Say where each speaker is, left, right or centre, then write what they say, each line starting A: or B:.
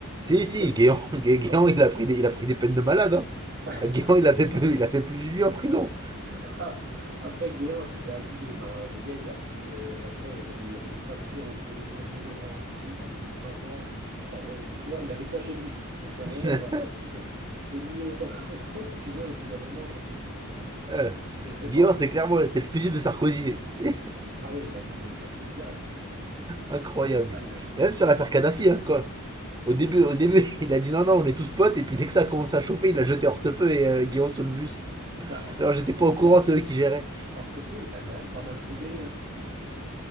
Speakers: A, on the right (about 20°); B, on the right (about 50°).
A: Si,
B: Je sais
A: si,
B: que
A: Guéant, Guéant,
B: ouais.
A: il, a pris des, il a pris des peines de malade.
B: <laughs>
A: Hein. Guéant, il a fait plus,
B: Après
A: il a fait plus de lui en prison.
B: <laughs> après Guéant, c'était abusé, genre euh, le gars il a payé, euh, enfin tu vois, il y avait des il y avait des factures où il payait onze mille euros en liquide, un billet de 500 genre euh, tu vois, il avait ça chez lui. Donc il y a
A: <laughs>
B: un moment, genre euh, tu peux tu peux nier autant <laughs> autant que tu veux, au bout d'un moment,
A: Euh,
B: les faits
A: Guillaume,
B: parlent.
A: c'est clairement c'est le fusil de Sarkozy. <laughs>
B: Ah ouais, il l'a jeté au casse-pipe direct, hein.
A: Incroyable.
B: Ah, il a sauté
A: Et même
B: pour
A: sur l'affaire
B: lui.
A: Kadhafi, hein, quoi. Au début, au début, <laughs> il a dit non, non, on est tous potes, et puis dès que ça a commencé à chauffer, il a jeté Hortefeux et euh, Guillaume sous le bus.
B: Bah, Hortefeux,
A: Alors j'étais
B: je crois
A: pas au
B: qu'il
A: courant,
B: a...
A: c'est eux qui géraient.
B: Hortefeux, il l'a quand même pas mal protégé, hein.